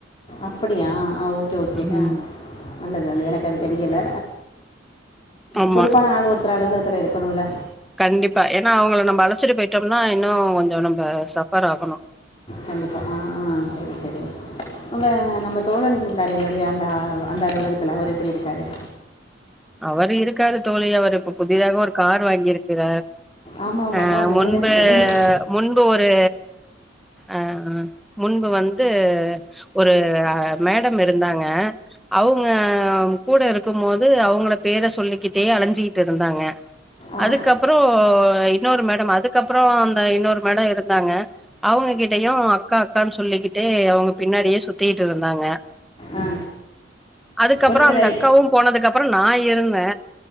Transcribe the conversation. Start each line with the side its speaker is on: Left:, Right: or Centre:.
Left: அப்படியா ஆ ஓகே ஓகே
Centre: ம்
Left: ஆ நல்லது நல்லது எனக்கு அது தெரியல
Centre: ஆமா
Left: பொறுப்பான ஆளு ஒருத்தர் அலுவலகத்துல இரு ப்பனுல்ல
Centre: கண்டிப்பா ஏன்னா அவங்கள நம்ம அழச்சுட்டு போயிட்டோம்னா இன்னு கொஞ்சோ நம்ப சஃபர் ஆகணு
Left: கண்டிப்பா ஆ ஆ செரி செரி அவுங்க நம்ம தோழன் இருந்தாரே முன்னாடி அந்தா அந்த அலுவலகத்துல அவரு எப்பிடி இருக்காரு
Centre: அவரு இருக்காரு தோழி அவர் இப்ப புதிதாக ஒரு கார் வாங்கியிருக்கிறார்
Left: ஆமாம் ஆமாம்
Centre: ஆ
Left: தான் அது
Centre: முன்பு
Left: என்னிடம் என்னிடம்
Centre: முன்பு ஒரு ஆம் முன்பு வந்து ஒரு மேடம் இருந்தாங்க அவங்க கூட இருக்கும் போது அவங்களோட பேர சொல்லிக்கிட்டே அலஞ்சிக்கிட்டு இருந்தாங்க
Left: ஆமாம்
Centre: அதுக்கப்பறோ இன்னொரு மேடம் அதுக்கப்பறோ அந்த இன்னொரு மேடம் இருந்தாங்க அவங்க கிட்டையு அக்கா அக்கான்னு சொல்லிக்கிட்டே அவுங்க பின்னாடியே சுத்தீட்டு இருந்தாங்க
Left: ஆ
Centre: அதுக்கப்பறோ
Left: ஒருத்தரை
Centre: அந்த அக்காவு போனதுக்கப்பறோ நா இருந்தே